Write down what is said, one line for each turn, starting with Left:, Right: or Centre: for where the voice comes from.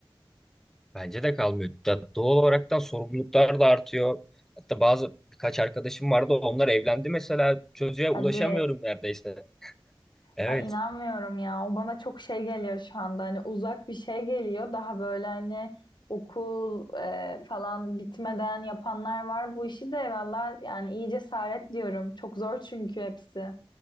Centre: Bence de kalmıyor. Da- doğal olaraktan sorumluluklar da artıyor. Hatta bazı birkaç arkadaşım vardı. Onlar evlendi mesela. Çocuğa ulaşamıyorum
Left: Hadi.
Centre: neredeyse. Evet.
Left: Ay inanmıyorum ya. O bana çok şey geliyor şu anda. Hani uzak bir şey geliyor. Daha böyle hani okul e, falan bitmeden yapanlar var. Bu işi de valla yani iyi cesaret diyorum. Çok zor çünkü hepsi